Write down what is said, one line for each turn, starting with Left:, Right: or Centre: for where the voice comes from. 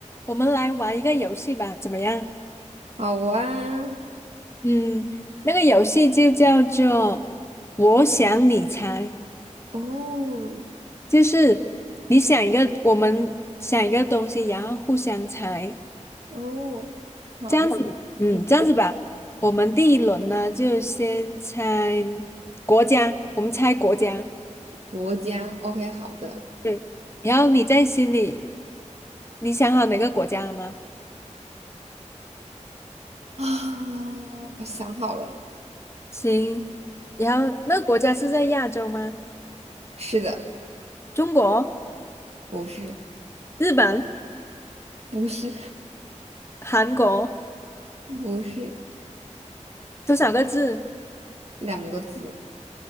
Left: 我们来玩一个游戏吧，怎么样？
Right: 好啊，
Left: 嗯，那个游戏就叫做“我想你猜”，
Right: 哦
Left: 就是你想一个，我们想一个东西，然后互相猜，
Right: 哦，好，
Left: 这样子吧嗯，
Right: 嗯，
Left: 这样子吧。我们第一轮呢，就先猜国家，我们猜国家。
Right: 国家，OK，好的
Left: 对，然后你在心里，你想好哪个国家了吗？
Right: 啊，我想好了，
Left: 行，然后那个国家是在亚洲吗？
Right: 是的，
Left: 中国、
Right: 不是，
Left: 日本、
Right: 不是，
Left: 韩国，
Right: <laughs> 不是，
Left: 多少个字？
Right: 两个字，